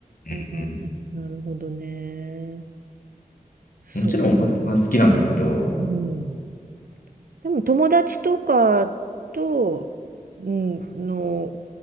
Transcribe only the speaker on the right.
あ、なるほどね。そう。
うん。でも友達とかと、うん、の